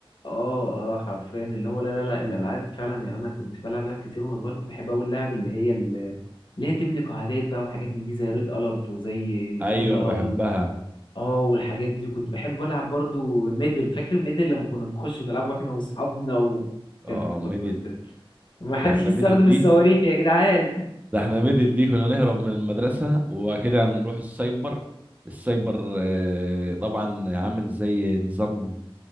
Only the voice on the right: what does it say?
ايوه انا بحبها
اه
ميدل
ده احنا
ميدل دي
ده احنا ميدل دي كنا نهرب من المدرسة وكده هنروح السايبر السايبر آه طبعا عامل زي نظام